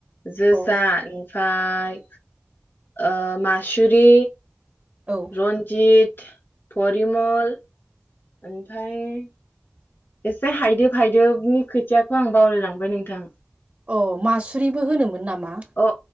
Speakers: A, on the left; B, on the right.
A: जोसा
B: औ
A: ओनफाय ओ मासुरि
B: औ
A: रन्जित परिमल ओनफाय एसे हायदोब हायदोबनि खोथियाखौ आं बावलायलांबाय नोंथां।
B: अ मासुरिबो होनोमोन नामा?
A: अ